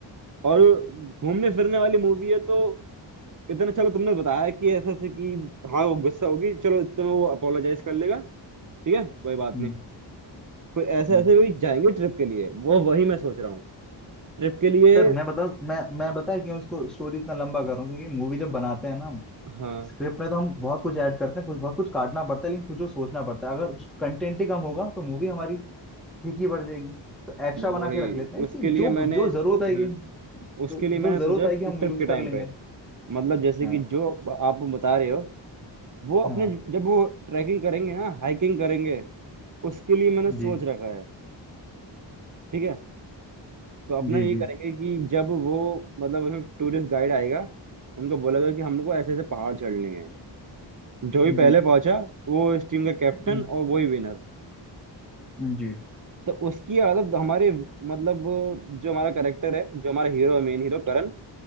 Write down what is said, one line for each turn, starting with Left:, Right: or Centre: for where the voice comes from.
Right: और
Centre: हम्म।
Right: घूमने फिरने वाली मूवी है तो इतना चलो तुमने बताया कि ऐसे ऐसे कि हाँ वो गुस्सा होगी चलो इतने में वो अपोलोजाइज कर लेगा ठीक है कोई बात
Centre: हम्म,
Right: नहीं फिर ऐसे ऐसे
Centre: ये।
Right: भी जाएंगे ट्रिप के लिए वो वही मैं सोच रहा हूँ ट्रिप के लिए
Centre: सर मैं बताऊँ मैं मैं बताया क्यों इसको स्टोरी इतना लंबा कर रहा हूँ क्योंकि मूवी जब बनाते हैं ना
Right: हाँ
Centre: स्क्रिप्ट में तो हम बहुत कुछ ऐड करते हैं कुछ बहुत कुछ काटना पड़ता है लेकिन कुछ जो सोचना पड़ता है अगर कंटेंट ही कम होगा तो मूवी हमारी फीकी पड़ जाएगी तो एक्स्ट्रा
Right: वही
Centre: बना के रख लेते हैं
Right: उसके
Centre: कि जो
Right: लिए मैंने
Centre: जो
Right: हम्म,
Centre: जरूरत आएगी
Right: उसके
Centre: जो
Right: लिए
Centre: जो
Right: मैंने
Centre: जरूरत
Right: सोचा
Centre: आएगी हम
Right: ट्रिप
Centre: यूज
Right: के टाइम
Centre: कर लेंगे
Right: पे मतलब जैसे
Centre: हाँ
Right: कि जो आप बता रहे हो वो अपने
Centre: हाँ
Right: जब वो ट्रैकिंग करेंगे ना हाइकिंग करेंगे उसके लिए मैंने सोच
Centre: जी
Right: रखा है ठीक है तो अपना
Centre: जी
Right: ये
Centre: जी
Right: करेंगे कि जब वो मतलब टूरिस्ट गाइड आएगा उनको बोलेगा कि हमको ऐसे ऐसे पहाड़ चढ़ने हैं जो भी पहले
Centre: जी
Right: पहुंचा वो इस टीम का कैप्टन
Centre: जी
Right: और वही विनर
Centre: जी
Right: तो उसकी आदत हमारे मतलब वो जो हमारा करेक्टर है जो हमारा हीरो मेन हीरो करण